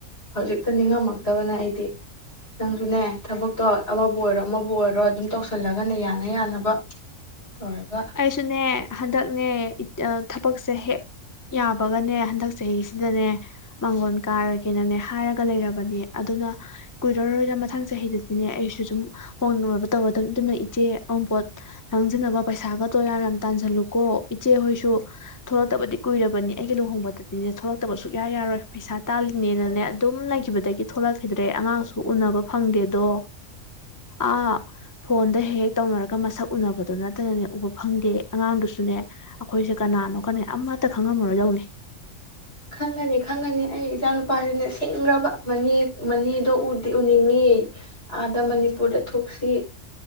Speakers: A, on the left; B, on the left.
A: ꯍꯧꯖꯤꯛꯇ ꯅꯤꯡꯉꯝꯃꯛꯇꯕꯅ ꯑꯩꯗꯤ ꯅꯪꯁꯨꯅꯦ ꯊꯕꯛꯇꯣ ꯑꯃꯕꯨ ꯑꯣꯏꯔꯣ ꯑꯃꯕꯨ ꯑꯣꯏꯔꯣ ꯑꯗꯨꯝ ꯇꯧꯁꯜꯂꯒꯅꯦ ꯌꯥꯅ ꯌꯥꯅꯕ ꯇꯧꯔꯒ
B: ꯑꯩꯁꯨꯨꯅꯦ ꯍꯟꯗꯛ ꯅꯦ ꯊꯕꯛꯁꯦ ꯍꯦꯛ ꯌꯥꯕꯒꯅꯦ ꯍꯟꯗꯛ ꯆꯍꯤꯁꯤꯗꯅꯦ ꯃꯥꯡꯒꯣꯟ ꯀꯥꯔꯒꯦꯅꯅꯦ ꯍꯥꯏꯔꯒ ꯂꯩꯔꯕꯅꯤ ꯑꯗꯨꯅ ꯀꯨꯏꯔꯔꯣꯏꯔ ꯃꯊꯪ ꯆꯍꯤꯗꯗꯤꯅꯦ ꯑꯩꯁꯨ ꯑꯗꯨꯝ ꯍꯣꯡꯅꯤꯡꯉꯕ ꯇꯧꯔꯗꯕꯅꯤ ꯑꯗꯨꯅ ꯏꯆꯦ ꯑꯃꯄꯣꯠ ꯅꯪꯖꯅꯕ ꯄꯩꯁꯥꯒꯗꯨ ꯌꯥꯝ ꯌꯥꯝ ꯇꯥꯟꯁꯤꯜꯂꯨꯀꯣ ꯏꯆꯦꯍꯣꯏꯁꯨ ꯊꯣꯛꯂꯛꯇꯕꯗꯤ ꯀꯨꯏꯔꯕꯅꯤ ꯑꯩꯒꯤ ꯂꯨꯍꯣꯡꯕꯗꯗꯤꯅꯦ ꯊꯣꯛꯂꯛꯇꯕ ꯁꯨꯛꯌꯥ ꯌꯥꯔꯣꯏ ꯄꯩꯁꯥ ꯇꯥꯜꯂꯤꯅꯦꯅꯅꯦ ꯑꯗꯨꯝ ꯂꯩꯈꯤꯕꯗꯒꯤ ꯊꯣꯛꯂꯛꯈꯤꯗ꯭ꯔꯦ ꯑꯉꯥꯡꯁꯨ ꯎꯅꯕ ꯐꯪꯗꯦꯗꯣ ꯑꯥ ꯐꯣꯟꯗ ꯍꯦꯛ ꯍꯦꯛ ꯇꯧꯅꯔꯒ ꯃꯁꯛ ꯎꯅꯕꯗꯨꯅ ꯐꯠꯇꯅꯅꯦ ꯎꯕ ꯐꯪꯗꯦ ꯑꯉꯥꯡꯗꯨꯁꯨꯅꯦ ꯑꯩꯈꯣꯏꯁꯦ ꯀꯅꯥꯅꯣ ꯀꯅꯥ ꯑꯃꯠꯇ ꯈꯪꯉꯝꯃꯔꯣꯏꯗꯧꯅꯤ
A: ꯈꯪꯉꯅꯤ ꯈꯪꯒꯅꯤ ꯑꯩ ꯏꯆꯥ ꯅꯨꯨꯄꯥꯁꯤꯅ ꯁꯤꯡꯈ꯭ꯔꯕ ꯃꯅꯤ ꯃꯅꯤꯗꯣꯗꯤ ꯎꯅꯤꯡꯉꯤ ꯑꯥꯗ ꯃꯅꯤꯄꯨꯔꯗ ꯊꯣꯛꯁꯤ